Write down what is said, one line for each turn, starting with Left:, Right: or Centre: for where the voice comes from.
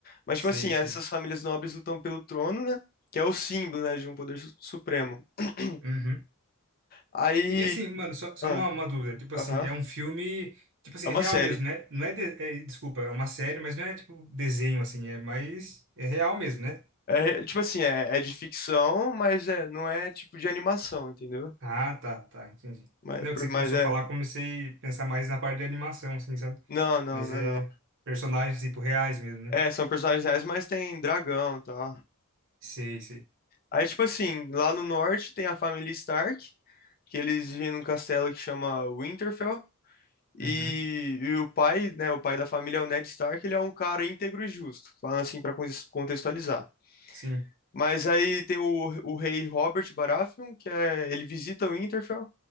Left: Mas
Right: Sei,
Left: tipo assim, essas
Right: sei.
Left: famílias nobres lutam pelo trono, né? Que é o símbolo, né, de um poder su- supremo. <clears throat>
Right: Uhum.
Left: Aí,
Right: E, e assim, mano, só, só
Left: ah,
Right: uma, uma dúvida. Tipo assim,
Left: aham,
Right: é um filme. Tipo assim,
Left: é
Right: é
Left: uma
Right: real
Left: série.
Right: mesmo, né? Não é, de- é. Desculpa, é uma série, mas não é tipo desenho, assim. É mais. É real mesmo, né?
Left: É, tipo assim, é, é de ficção, mas é, não é tipo de animação, entendeu?
Right: Ah, tá, tá, entendi.
Left: Mas,
Right: Não,
Left: por,
Right: que você
Left: mas
Right: começou
Left: é.
Right: a falar, comecei a pensar mais na parte de animação, assim, sabe?
Left: Não, não,
Right: Mas
Left: não,
Right: é
Left: é não.
Right: personagens, tipo, reais mesmo, né?
Left: É, são personagens reais, mas tem dragão e tal.
Right: Sei, sei.
Left: Aí, tipo assim, lá no norte tem a família Stark, que eles vivem num castelo que chama Winterfell. E,
Right: Uhum,
Left: e o pai, né, o pai da família é o Ned Stark, ele é um cara íntegro e justo, falando assim pra contes- contextualizar.
Right: sim.
Left: Mas aí tem o, o rei Robert Baratheon, que é, ele visita o Winterfell